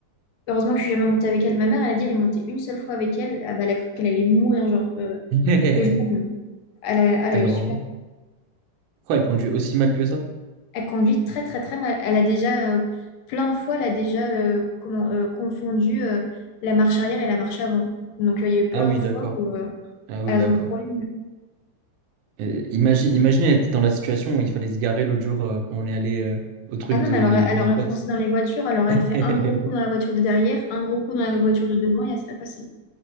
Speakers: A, on the left (about 80°); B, on the right (about 75°).
A: Heureusement que je suis jamais montée avec elle. Ma mère, elle a dit, elle est montée une seule fois avec elle. Ah bah, elle a cru qu'elle allait mourir, genre, euh,
B: <laughs>
A: le jour où- Elle a, elle
B: Ta
A: a
B: grand-mère.
A: eu super...
B: Quoi, il conduit aussi mal que ça?
A: Elle conduit très très très mal. Elle a déjà, euh, plein de fois, elle a déjà euh, comment, euh, confondu euh, la marche arrière et la marche avant. Donc euh, il y a eu plein
B: Ah oui,
A: de fois
B: d'accord.
A: où euh,
B: Ah oui,
A: elles
B: d'accord.
A: ont frôlé.
B: Euh, imagine, imagine, elle était dans la situation où il fallait se garer l'autre jour euh, quand on est allé euh, au truc
A: Ah non,
B: de,
A: mais elle aurait, elle
B: de mon
A: aurait
B: pote.
A: foncé dans les voitures, elle aurait
B: <laughs>
A: fait un gros coup dans la voiture de derrière, un gros coup dans la voiture de devant et elle serait passée.